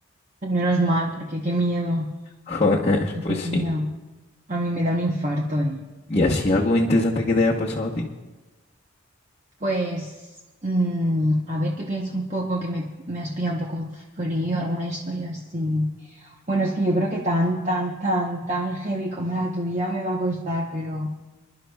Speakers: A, on the right (about 35°); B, on the left (about 30°).
A: Menos mal, porque qué miedo.
B: Joder,
A: Madre
B: pues sí.
A: mía, a mí me da un infarto, ¿eh?
B: ¿Y así algo interesante que te haya pasado a ti?
A: Pues, mm, a ver qué pienso un poco, que me, me has pillado un poco en frío, alguna historia así. Bueno, es que yo creo que tan, tan, tan, tan heavy como la tuya me va a costar, pero...